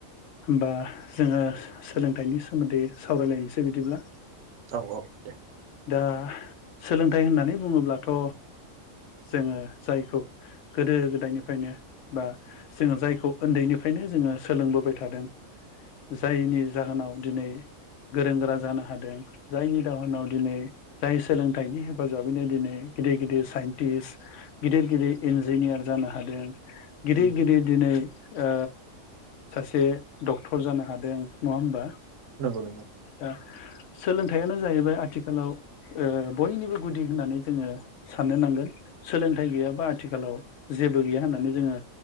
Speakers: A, on the left (about 70°); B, on the right (about 70°).
A: बा जोङो सोलोंथाइनि सोमोन्दै सावरायलायनोसै बिदिब्ला
B: औ औ दे
A: दा सोलोंथाइ होननानै बुङोब्लाथ' जोङो जायखौ गोदो गोदायनिफ्रायनो बा जोङो जायखौ उन्दैनिफ्राय फ्रायनो जोङो सोलोंबोबाय थादों जायनि जाहोनाव दिनै गोरों गोरा जानो हादों जायनि जाहोनाव दिनै जाय सोलोंथाइनि हेफाजाबैनो दिनै गिदिर गिदिर साइन्टिस्ट गिदिर गिदिर इन्जिनियार जानो हादों गिदिर
B: उम
A: गिदिर दिनै ओ सासे डक्टर जानो हादों नङा होमबा
B: नंगौ नंगौ
A: दा सोलोंथाइयानो जाहैबाय आथिखालाव ओ बयनिबो गुदि होननानै जोङो साननो नांगोन सोलोंथाइ गैयाबा आथिखालाव जेबो गैया होननानै जोङो